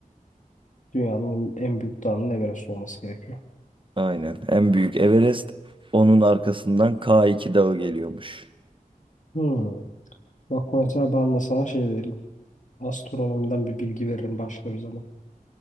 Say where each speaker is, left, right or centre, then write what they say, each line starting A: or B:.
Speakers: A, on the left; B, on the right.
A: Dünyanın en büyük dağının Everest olması gerekiyor.
B: Aynen. En büyük Everest. Onun arkasından K2 Dağı geliyormuş.
A: Hmm. Bak mesela ben de sana şey vereyim. Astronomiden bir bilgi veririm başka bir zaman.